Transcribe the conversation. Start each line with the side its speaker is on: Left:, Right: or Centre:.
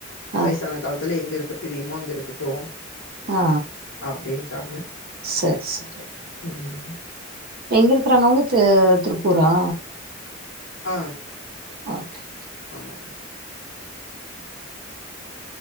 Right: ஆ
Left: வயசான காலத்துல எங்க இருக்க பிரியமோ அங்க இருக்கட்டு
Right: ஆ
Left: அப்டின்ட்டாங்க
Right: சரி சரி
Left: ம்
Right: எங்க இருக்குறாங்க அவங்க திருப்பூரா
Left: ஆ
Right: ஓக்கே ஓகே
Left: ஆமா மா